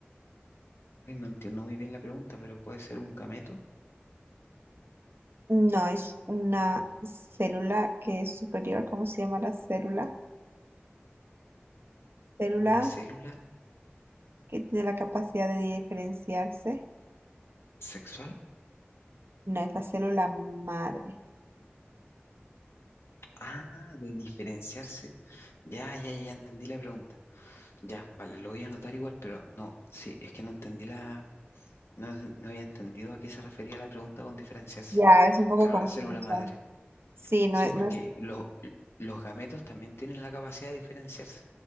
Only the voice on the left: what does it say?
Ay, no entiendo muy bien la pregunta, pero puede ser un gameto,
una célula
sexual
Ah, de diferenciarse. Ya, ya, ya entendí la pregunta. Ya, vale, lo voy a anotar igual, pero no, sí, es que no entendí la, no, no había entendido a qué se refería la pregunta con diferenciarse.
Claro,
la célula madre.
Sí,
porque
los, los gametos también tienen la capacidad de diferenciarse.